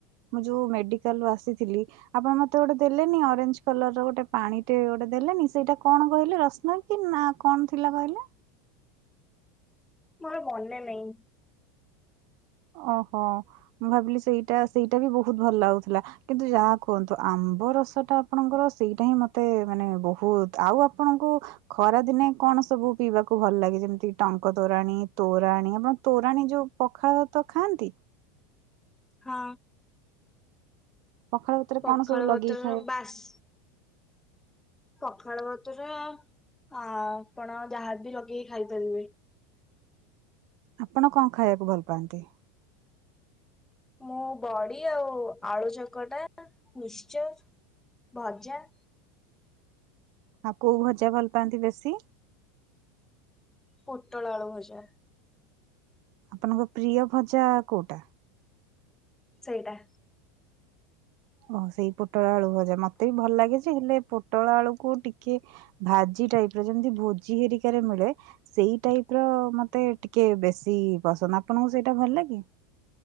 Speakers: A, on the right; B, in the centre.
A: ଯଉ ା ଆସିଥିଲି ଆପଣ ମତେ ଗୋଟେ ଦେଲେନି ଅରେଞ୍ଜ କଲର ର ଗୋଟେ ପାଣି ଟେ ଗୋଟେ ଦେଲେନି ସେଇଟା କଣ କହିଲେ ରଶନା କି ନା କଣ ଥିଲା କହିଲେ
B: ମୋର ମନେ ନାଇଁ।
A: ଓହୋ ମୁଁ ଭାବିଲି ସେଇଟା ସେଇଟା ବି ବହୁତ ଭଲ ଲାଗୁଥିଲା କିନ୍ତୁ ଯାହା କୁହନ୍ତୁ ଆମ୍ବ ରସଟା ଆପଣଙ୍କର ସେଇଟା ହିଁ ମତେ ମାନେ ବହୁତ ଆଉ ଆପଣଙ୍କୁ ଖରା ଦିନେ କଣ ସବୁ ପିଇବାକୁ ଭଲ ଲାଗେ ଯେମିତି ଟଙ୍କ ତୋରାଣୀ ତୋରାଣୀ ଆପଣ ତୋରାଣୀ ଯୋଉ ପଖାଳ ତ ଖାଆନ୍ତି
B: ହଁ
A: ପଖାଳ ଭାତରେ
B: ପଖଳ
A: କଣ ସବୁ ଲଗେଇକି
B: ବତରର
A: ଖାଏ
B: ବାସ ସଖାଳ ଭତର ହଁ ଆପଣ ଯାହା ବି ଲଗେଇକି ଖାଇପାରିବେ
A: ଆପଣ କଣ ଖାଇବାକୁ ଭଲ ପାଆନ୍ତି।
B: ମୁଁ ବଡି ଆଉ ଆଳୁ ଚକଟା ନିଶ୍ଚ ଭଜା
A: ଆଉ କୋଉ ଭଜା ଭଲ ପାଆନ୍ତି ବେଶୀ
B: ପୋଟଳ ଆଳୁ ଭଜା
A: ଆପଣଙ୍କ ପ୍ରିୟ ଭଜା କୋଉଟା
B: ସେଇଟା
A: ଓହ ସେଇ ପୋଟଳ ଆଳୁ ଭଜା ମତେ ବି ଭଲ ଲାଗେ ଯେ ହେଲେ ପୋଟଳ ଆଳୁକୁ ଟିକେ ଭାଜି ଟାଇପ ର ଯେମିତି ଭୋଜି ହେରିକାରେ ମିଳେ ସେଇ ଟାଇପ ର ମତେ ଟିକେ ବେଶୀ ପସନ୍ଦ ଆପଣଙ୍କୁ ସେଇଟା ଭଲ ଲାଗେ।